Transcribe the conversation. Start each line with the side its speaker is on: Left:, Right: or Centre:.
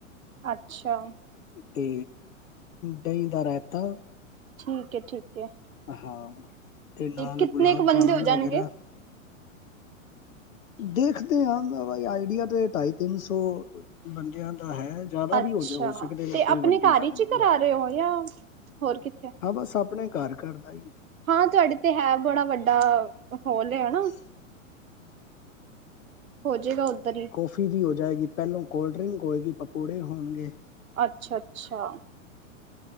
Right: ਅੱਛਾ।
Left: ਤੇ ਦਹੀਂ ਦਾ ਰਾਇਤਾ
Right: ਠੀਕ ਏ ਠੀਕ ਏ
Left: ਹਾਂ ਤੇ ਨਾਲ
Right: ਕਿਤਨੇ
Left: ਗੁਲਾਬ
Right: ਕੁ ਬੰਦੇ
Left: ਜਾਮੁਨ
Right: ਹੋ ਜਾਣਗੇ?
Left: ਵਗੈਰਾ ਦੇਖਦੇ ਆ ਆਈਡੀਆ ਤਾਂ ਢਾਈ ਤਿੰਨ ਸੌ ਬੰਦਿਆਂ ਦਾ ਹੈ। ਜ਼ਿਆਦਾ
Right: ਅੱਛਾ
Left: ਵੀ ਹੋ ਜਾ ਹੋ ਸਕਦੇ
Right: ਤੇ
Left: ਨੇ ਕੋਈ
Right: ਆਪਣੇ
Left: ਵੱਡੀ
Right: ਘਰ
Left: ਗੱਲ
Right: ਵਿਚ
Left: ਨਹੀਂ
Right: ਹੀ ਚ ਕਰਾ
Left: ਹਾਂ
Right: ਰਹੇ ਹੋ ਜਾਂ ਹੋਰ ਕਿੱਥੇ?
Left: ਹਾਂ ਬਸ ਆਪ ਆਪਣੇ ਘਰ ਘਰ ਤਾਂ ਹੀ
Right: ਹਾਂ ਤੁਹਾਡੇ ਤੇ ਹੈ ਬੜਾ ਵੱਡਾ ਹੋਲ ਹੈ ਨਾ
Left: <unintelligible>
Right: ਹੋ ਜਾਏਗਾ ਉੱਧਰ ਹੀ।
Left: ਠੰਡੀ ਹੋ ਜਾਏਗੀ ਪਹਿਲੋਂ ਕੋਲਡ ਡਰਿੰਕ ਹੋਏਗੀ ਪਕੌੜੇ ਹੋਣਗੇ
Right: ਅੱਛਾ- ਅੱਛਾ।